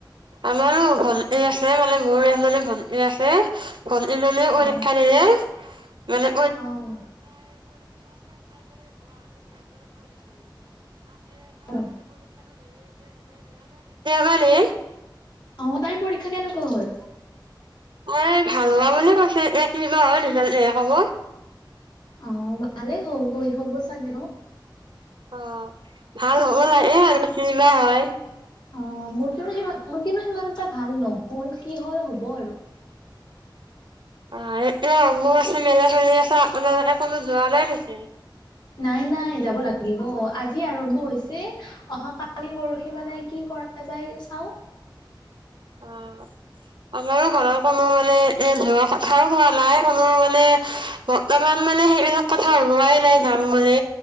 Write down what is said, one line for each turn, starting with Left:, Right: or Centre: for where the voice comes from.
Right: আমাৰো ভ এই আছেে মানে গৌ আহিবলৈ গলে ই আছে গলি গলি পৰীক্ষা
Left: অ
Right: দিলে <unintelligible> <unintelligible> এয়া
Left: অ অ অ
Right: গলে
Left: অ তাইৰ পৰীক্ষা কেনেকুৱা হ'ল
Right: এ ভাল হোৱা বুলি কৈছে এ কিনেকুৱা হ'ল সফ ক'ব
Left: অ' ভালেই হ হৈ হ'ব চাগে ন।
Right: অ' ভাল হ'ব লাগে আৰু বেছি নায়
Left: অ' মোৰ কিন্তু সি মোৰ কিন্তু সিমান এটা ভাল নহ'ল কি হ'ল। হ'ব আৰু।
Right: অ' এতিয়া এনে আছোঁ, মেলা চলি আছে আপোনালোকে কোনো যোৱা নাই নেকি।
Left: নাই নাই যাব লাগিব আজি আৰম্ভ হৈছে অহা কালি পৰশি মানে কি কৰা যায় চাও
Right: অহ' আমাৰো ঘৰৰ কোনো মানে এ যোৱা কথাও কোৱা নাই কোনো মানে বৰ্তমান মানে সেইবিলাক কথা ওলোৱাই নাই যাম বুলি।